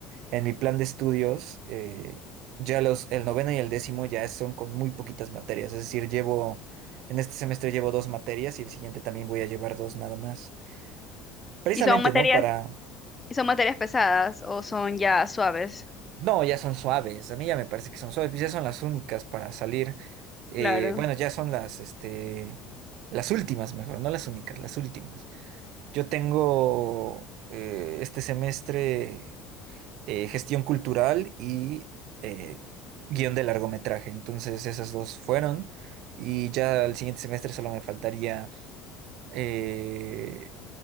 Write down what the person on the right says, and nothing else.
en mi plan de estudios, eh, ya los, el noveno y el décimo ya son con muy poquitas materias, es decir, llevo, en este semestre llevo dos materias y el siguiente también voy a llevar dos nada más. Precisamente,
¿no? Para
No, ya son suaves. A mí ya me parece que son suaves. Pues ya son las únicas para salir. eh,
bueno, ya son las, este, las últimas mejor, no las únicas, las últimas. Yo tengo eh, este semestre eh, gestión cultural y eh, guión de largometraje. Entonces esas dos fueron. Y ya el siguiente semestre solo me faltaría eh,